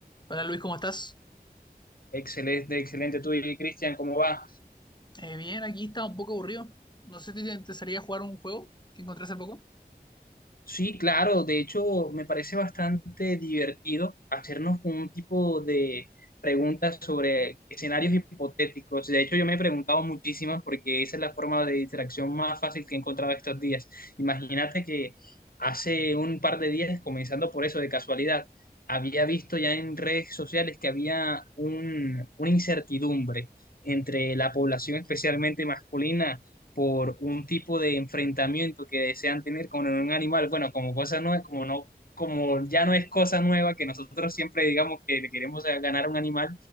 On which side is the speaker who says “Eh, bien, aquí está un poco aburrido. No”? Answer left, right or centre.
Left